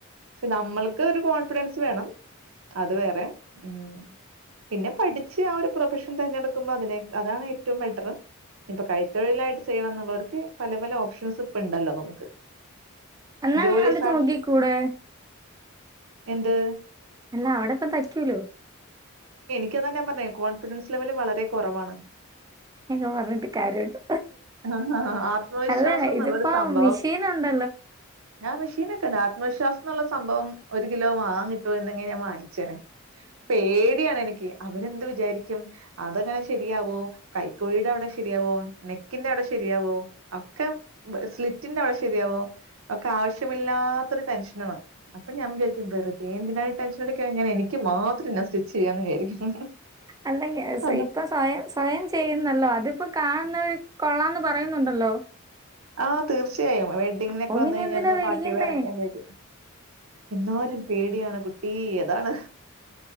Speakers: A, on the right (about 70°); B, on the right (about 15°).
A: ക്ഷേ നമ്മൾ ക്ക ഒരു കോൺഫിഡൻസ് വേണം അത് വേറെ ഊം പിന്നെ പഠിച്ച് ആ ഒരു പ്രൊഫഷൻ തിരഞ്ഞെടുക്കുമ്പോ അതിനെക്ക അതാണ് ഏറ്റവും ബെറ്ററ് ഇപ്പൊ കൈത്തൊഴിലായിട്ട് ചെയ്യണം എന്നുള്ളവർക്ക് പല പല ഓപ്ഷൻസ് ഇപ്പ ഉണ്ടല്ലോ നമുക്ക്
B: <unintelligible>
A: ജോലി സാ എന്ത്
B: അല്ല അവടപ്പം തയ്ക്കൂലോ
A: ക്ക്താ ഞാൻ പറഞ്ഞേ കോൺഫിഡൻസ് ലെവല് വളരെ കൊറവാണ്
B: എന്നോട് പറഞ്ഞിട്ട് കാര്യമില്ല.
A: ആഹ് ആത്മവിശ്വാസം
B: അല്ല
A: എന്നുള്ളൊരു
B: ഇത്പ്പം
A: സംഭവം
B: മിഷീന്ണ്ട്
A: ഞാൻ മിഷീനോക്കെണ്ട് ആത്മവിശ്വാസ ന്നുള്ള സംഭവം ഒരു കിലോ വാങ്ങാൻ കിട്ടോ ഇണ്ടെങ്കി ഞാൻ വാങ്ങി അച്ഛനെ പേടിയാണെനിക്ക് അവരെന്ത് വിചാരിക്കും അതങ്ങനെ ശെരിയാവോ കൈക്കുഴിടെ അവടെ ശെരിയാവോ നെക്കിന്റെ അവടെ ശെരിയാവോ ഒക്കെ ബ് സ്ലിറ്റിന്റെ അവടെ ശെരിയാവോ ഒക്കെ ആവശ്യമില്ലാത്തൊര് ടെൻഷനാണ്. അപ്പൊ ഞാൻ വിചാരിക്കും വെറുതെ എന്തിനായി ടെൻഷൻ എട്ക്കണേ ഞാൻ എനിക്ക് മാത്രം ഞാൻ സ്റ്റിച്ച് ചെയ്യാന്ന് വിചാരിക്കും
B: എല്ലും ക്യാൻസയ്
A: അത
B: ഇപ്പൊ സ്വയം സ്വയം ചെയ്യുന്നല്ലോ അതിപ്പോ കാ ണുന്നവര് കൊള്ളാന്ന് പറയുന്നുണ്ടല്ലോ
A: ആഹ് തീർച്ച യായും വെഡ്ഡിങ്ങിനൊക്കെ
B: അപ്പൊ
A: വന്ന്
B: പിന്നെ
A: കഴിഞ്ഞാൽ
B: എന്തിനാ
A: ഞാൻ
B: പേടിക്കണ്ടേ
A: പാർട്ടി വെയ്റൊക്ക ഇടല് എന്നാലും പേടിയാണ് കുട്ടി അതാണ്